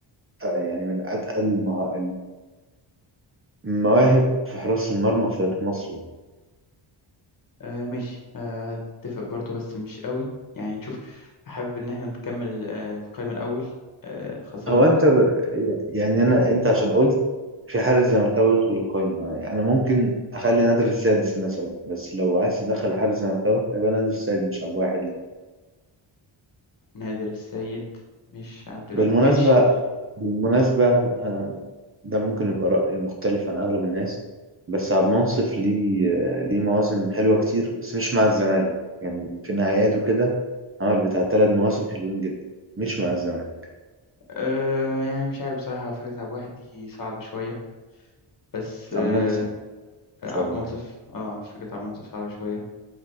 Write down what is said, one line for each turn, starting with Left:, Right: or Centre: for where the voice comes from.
Right: آه، يعني من أتقل المها- المواهب في حراسة المرمى في تاريخ مصر
Left: آه ماشي آه اتفق برضو بس مش قوي يعني نشوف حابب إن احنا نكمل آه القايمة الأول آه خاصة
Right: هو أنت ب- يعني أنا أنت عشان قلت في حارس زملكاوي يدخل القايمة يعني أنا ممكن أخلي نادر السادس مثلا بس لو عايز تدخل حارس زملكاوي فيبقى نادر السادس مش عبد واحد لا
Left: نادر السيد مش عبد الواحد
Right: بالمناسبة
Left: ماشي
Right: بالمناسبة أنا ده ممكن يبقى رأي مختلف عن أغلب الناس بس عبد المنصف ليه ليه مواسم حلوة كتير بس مش مع الزمالك يعني في نهاياته كده عمل بتاع تلات مواسم حلوين جدا مش مع الزمالك
Left: آه يعني مش عارف بصراحة فكرة عبد الواحد دي صعبة شوية بس آه
Right: عبد المنصور
Left: عبد
Right: شعبان
Left: منصف اه فكرة عبد منصف صعبة شوية